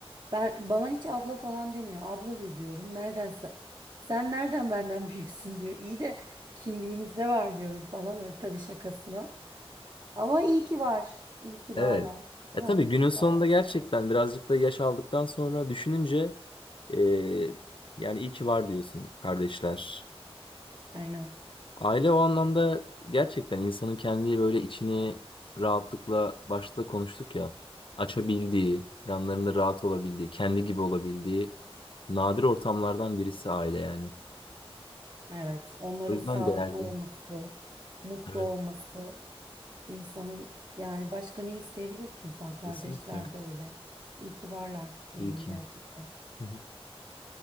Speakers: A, on the right (about 45°); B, on the left (about 55°).
A: ben bana hiç abla falan demiyor. Abla de diyorum. Nereden sen, sen nereden benden <laughs> büyüksün diyor. İyi de kimliğimizde var diyorum falan öyle tabii şakasına. Ama iyi ki var. İyi ki
B: Evet.
A: varlar.
B: E
A: Değil
B: tabii
A: mi?
B: günün sonunda
A: Kardeşler.
B: gerçekten birazcık da yaş aldıktan sonra düşününce e, yani iyi ki var diyorsun kardeşler.
A: Aynen.
B: Aile o anlamda gerçekten insanın kendi böyle içini rahatlıkla başta konuştuk ya açabildiği, yanlarında rahat olabildiği, kendi gibi olabildiği nadir ortamlardan birisi aile yani.
A: Evet. Onların
B: O yüzden
A: sağlıklı
B: değerli.
A: olması, mutlu
B: Evet,
A: olması insanın yani başka ne isteyebilir ki insan? Kardeşler
B: kesinlikle.
A: de öyle. İyi ki varlar diyelim
B: İyi ki.
A: gerçekten.
B: Hı hı.